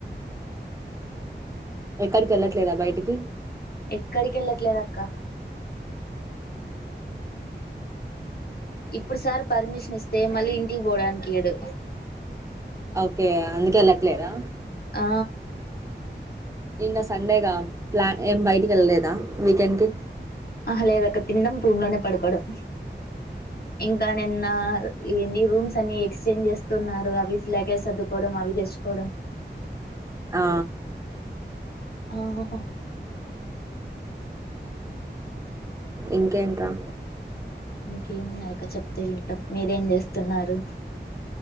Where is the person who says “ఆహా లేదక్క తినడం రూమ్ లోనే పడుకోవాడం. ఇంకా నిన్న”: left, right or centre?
Left